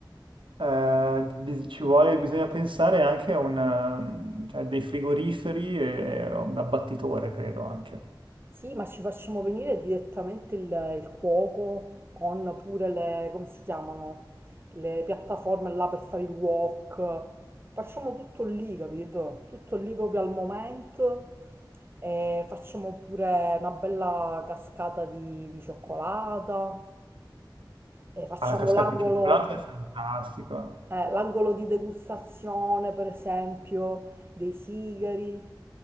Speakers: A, on the right; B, on the right.
A: eh, bis- ci vuole, bisogna pensare anche a una, cioè, dei frigoriferi e a un abbattitore, credo anche.
B: Sì, ma ci facciamo venire direttamente il, il cuoco con pure le, come si chiamano, le piattaforme là per fare il wok. Facciamo tutto lì, capito? Tutto lì proprio al momento e facciamo pure una bella cascata di, di cioccolata e facciamo
A: Ah, la cascata
B: l'angolo
A: di cioccolato è fantastica.
B: eh, l'angolo di degustazione, per esempio, dei sigari.